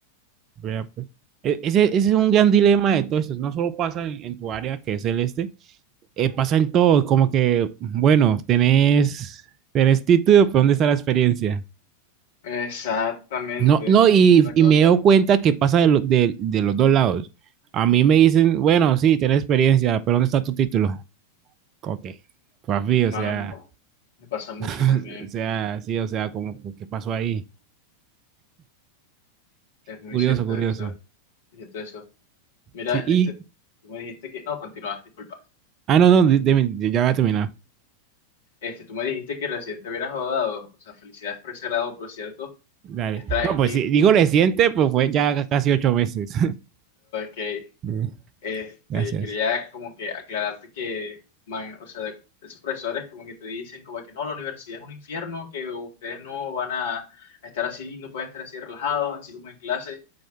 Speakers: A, on the right; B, on the left.
A: vea, pues. E- Ese, ese es un gran dilema de todo esto, no solo pasa en en tu área, que es el este, eh, pasa en todo, como que, bueno, tenés, tenés título, pero ¿dónde está la experiencia?
B: Exactamente.
A: No, no,
B: Esa
A: y,
B: es la cosa.
A: y me he dado cuenta que pasa de, lo- de- de los dos lados. A mí me dicen, bueno, sí, tenés experiencia, pero ¿dónde está tu título? Ok, papi,
B: Man,
A: o sea,
B: me pasa mucho
A: <laughs>
B: también.
A: o sea, sí, o sea, como, ¿qué pasó ahí?
B: Es muy
A: Curioso,
B: cierto
A: curioso.
B: eso. es cierto eso. Mira,
A: Sí, y,
B: este, tú me dijiste que, no, continúas, disculpa.
A: ah, no, no, de- de- ya va a terminar.
B: Este, tú me dijiste que recién te hubieras graduado, o sea, felicidades por ese grado, por cierto.
A: Dale.
B: Que Está aquí,
A: No, pues sí, digo reciente, pues fue ya ca- casi ocho meses. <laughs>
B: que
A: Mm,
B: este,
A: Gracias.
B: quería como que aclararte que, man, o sea, de- esos profesores como que te dicen como que no, la universidad es un infierno, que ustedes no van a, a estar así, no pueden estar así relajados, así como en clase.